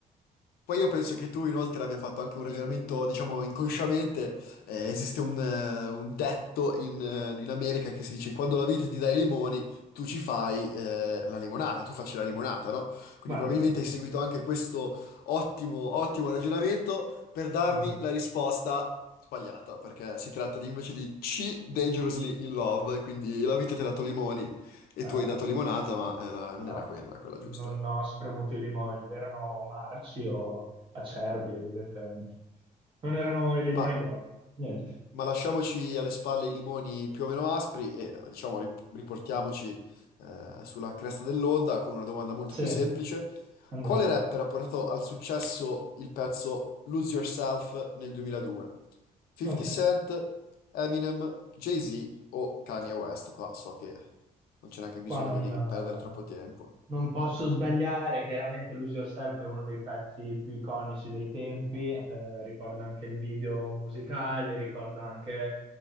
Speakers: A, on the left; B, on the right.
A: Poi io penso che tu inoltre abbia fatto anche un ragionamento, diciamo, inconsciamente. Eh, esiste un, eh, un detto in, eh, in America che si dice quando la vita ti dà i limoni, tu ci fai eh, la limonata, tu facci la limonata, no? Quindi
B: Guarda,
A: probabilmente hai seguito anche questo ottimo, ottimo ragionamento per darmi
B: mm,
A: la risposta sbagliata, perché si tratta di, invece di C, Dangerously in Love, e quindi la vita ti ha dato limoni e
B: eh,
A: tu hai dato limonata, ma eh, la- non
B: no,
A: era quella, quella
B: non
A: giusta.
B: ho spremuto i limoni, erano marci o acerbi, evidentemente. Non erano i limoni
A: Ma
B: buoni. Niente.
A: Ma lasciamoci alle spalle i limoni più o meno aspri e eh, diciamo rip- riportiamoci eh, sulla cresta dell'onda con una domanda molto
B: Sì,
A: più semplice.
B: andiamo.
A: Quale rapper ha portato al successo il pezzo Lose Yourself nel 2002? 50
B: Ok.
A: Cent, Eminem, Jay-Z o Kanye West? Qua so che non c'è neanche bisogno
B: Qua non,
A: di
B: eh,
A: perdere troppo tempo.
B: non posso sbagliare, chiaramente Lose Yourself è uno dei pezzi più iconici dei tempi, eh, ricordo anche il video musicale, ricordo anche